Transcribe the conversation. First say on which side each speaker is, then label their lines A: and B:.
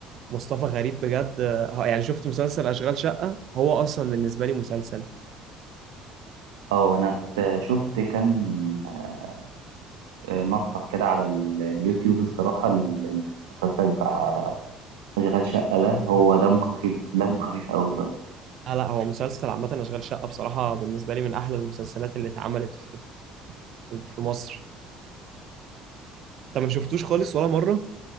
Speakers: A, on the right; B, on the right.
A: مصطفى غريب بجد آه، يعني شفت مسلسل اشغال شقه هو اصلا بالنسبه لي مسلسل
B: اه انا ت- شفت كام آه، آه، مقطع كده على ال- اليوتيوب الصراحة ال- المسلسل بتاع اشغال شقة ده هو دمه خفيف دمه خفيف قوي الواد
A: لا لا هو مسلسل عامه اشغال شقه بصراحه بالنسبه لي من احلى المسلسلات اللي اتعملت في, في, في مصر انت ما شفتوش خالص ولا مره